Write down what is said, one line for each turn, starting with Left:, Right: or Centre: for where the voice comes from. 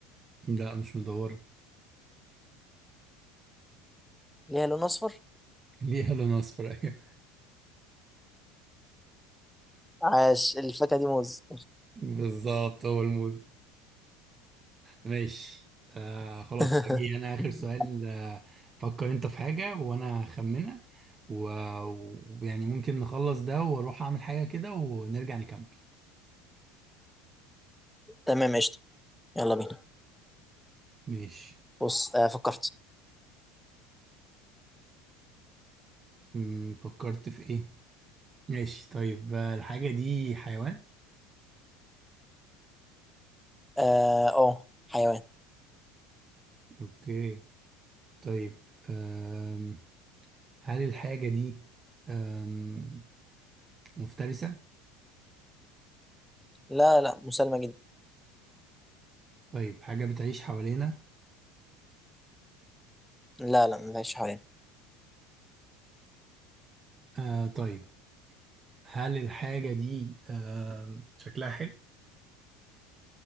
Right: لا مش مدوره
Centre: ليها لون أصفر
Right: <laughs> ليها لون اصفر ايوه
Centre: عاش الفاكهة دي موز
Right: بالظبط هو الموز ماشي آه خلاص
Centre: <laughs>
Right: اجي انا اخر سؤال آه فكر انت في حاجه وانا اخمنها و- ويعني ممكن نخلص ده واروح اعمل حاجه كده ونرجع نكمل
Centre: تمام قشطة يلا بينا
Right: ماشي
Centre: بص آه فكرت
Right: مم، فكرت في ايه ماشي طيب آه، الحاجة دي حيوان
Centre: اه أوه، حيوان
Right: اوكي طيب أم... هل الحاجة دي أم... مفترسة
Centre: لا لا مسالمة جدا
Right: طيب حاجة بتعيش حوالينا
Centre: لا لا ما فيهاش حوالينا
Right: آه طيب هل الحاجة دي أم... شكلها حلو